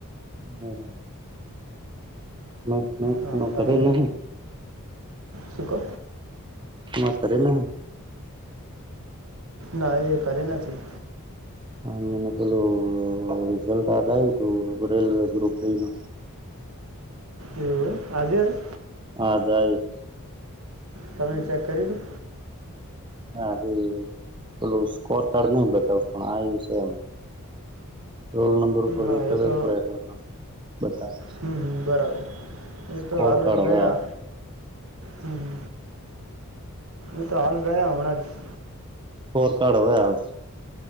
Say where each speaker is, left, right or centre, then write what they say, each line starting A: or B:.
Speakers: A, on the right (about 20°); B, on the right (about 70°).
A: <unintelligible> <inaudible>
B: હા તમે
A: ઘરે નહી
B: શું કો.
A: માત કરેલા હે ને.
B: ના એ ઘરે નથી.
A: અ એને પેલું રિઝલ્ટ આજ આવ્યું તું રેલવે ગ્રુપ ડી નું.
B: એવું હે આજે આવ્યું.
A: હા આજ આયુ.
B: તમે ચેક કર્યું તું.
A: હ ભી પેલું સ્કોર કાર્ડ નઈ બતાવ પણ આ્યું છે એમ. રોલ નંબર ઉપરથી
B: હા
A: ખબર
B: એ તો
A: પડે રોલ નંબર બતાવે
B: હમ હમ બરાબર. એતો
A: સ્કોર
B: હાલ
A: કાર્ડ
B: જ ગયા
A: હવે
B: હમ. એ તો હાલ ગયા હમણા જ.
A: સ્કોર કાર્ડ હવે આવશે.